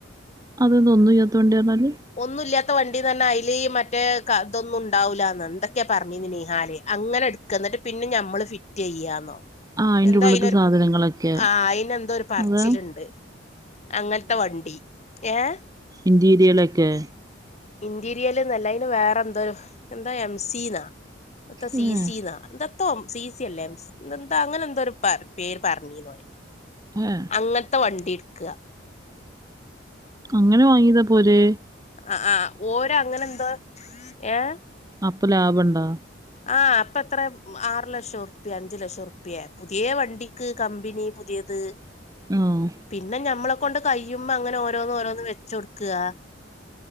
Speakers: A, on the right; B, on the left.
A: അതന്താ ഒന്നുംയ്യാത്ത വണ്ടിന്ന് പർഞ്ഞാല്
B: ഒന്നും ഇല്ല്യാത്ത വണ്ടി ന്നർഞ്ഞാ അയ് ലീ മറ്റേ ക അതൊന്നും ഉണ്ടാവൂല്ലാന്ന് എന്തൊക്കെ പറഞ്ഞീന്ന് നീഹാല് അങ്ങനെ ഇട്ക്കാ, ന്നിട്ട് പിന്നെ ഞമ്മള് ഫി റ്റെയ്യാന്നോ
A: ആഹ് അയിന്റെ
B: എന്താ
A: ഉള്ളത്തെ
B: അയിനൊരു
A: സാധനങ്ങളൊക്കെ
B: ആഹ് അയിന് എന്തോ ഒരു പറച്ചില്ണ്ട്
A: അതാ
B: അങ്ങൻത്തെ വണ്ടി ഏഹ്
A: ഇൻറീരിയലൊക്കെ
B: ഇന്റീരിയൽന്നല്ല അയിന് വേറെ എന്തോര് എന്താ എംസി ന്നാ എത്താ സി
A: ഏഹ്
B: സി ന്നാ എന്താ തോം സി സി അല്ലേ എന്താ അങ്ങനെ എന്തോ ഒരു പേര് പറഞ്ഞിന്ന് ഓന്.
A: ഏഹ്
B: ഇങ്ങൻത്തെ വണ്ടി ഇട്ക്കാ
A: അങ്ങനെ വാങ്ങിതാ ഇപോര്
B: അ ആഹ് ഓരാ അങ്ങനെ എന്താ ഏഹ്
A: അപ്പ ലാഭണ്ടോ
B: ആഹ് അപ്പൊ എത്രേ ആറ്ലക്ഷം ഉറുപ്പിയേ അഞ്ച് ലക്ഷംഉറപ്പ്യ പുത്യേ വണ്ടിക്ക് കമ്പിനി പുതിയത്
A: ആഹ്
B: പിന്നെ ഞമ്മളെ കൊണ്ട് കയ്യുമ്പോ അങ്ങന ഓരോന്ന് ഓരോന്ന് വെച്ചൊട്ക്കാ